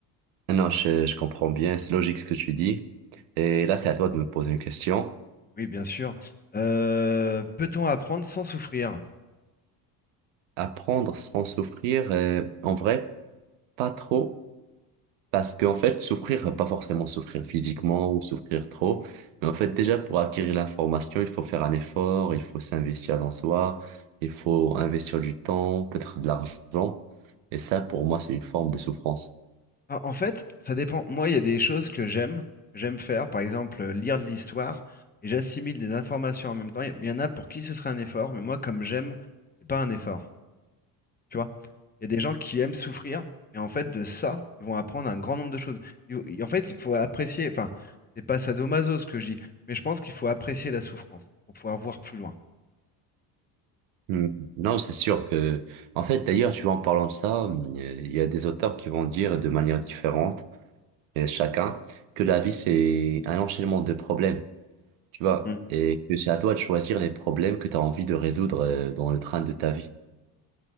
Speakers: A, on the right (about 75°); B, on the left (about 20°).
A: Non, je, je comprends bien, c'est logique ce que tu dis. Et là, c'est à toi de me poser une question.
B: Oui, bien sûr. Euh, peut-on apprendre sans souffrir?
A: Apprendre sans souffrir, euh, en vrai, pas trop. Parce qu'en fait, souffrir, pas forcément souffrir physiquement ou souffrir trop, mais en fait, déjà pour acquérir l'information, il faut faire un effort, il faut s'investir dans soi, il faut investir du temps, peut-être de l'argent. Et ça, pour moi, c'est une forme de souffrance.
B: Ah, en fait, ça dépend. Moi, il y a des choses que j'aime, que j'aime faire. Par exemple, euh, lire de l'histoire et j'assimile des informations en même temps. Il y en a pour qui ce serait un effort, mais moi, comme j'aime, c'est pas un effort. Tu vois? Il y a des gens qui aiment souffrir et en fait, de ça, ils vont apprendre un grand nombre de choses. Il- il- en fait, il faut apprécier. Enfin, c'est pas sadomaso ce que je dis, mais je pense qu'il faut apprécier la souffrance pour pouvoir voir plus loin.
A: Hmm. Non, c'est sûr que, en fait, d'ailleurs, tu vois, en parlant de ça, il y a des auteurs qui vont dire de manière différente, et chacun, que la vie, c'est un enchaînement de problèmes, tu vois,
B: Mm.
A: et que c'est à toi de choisir les problèmes que tu as envie de résoudre euh, dans le train de ta vie.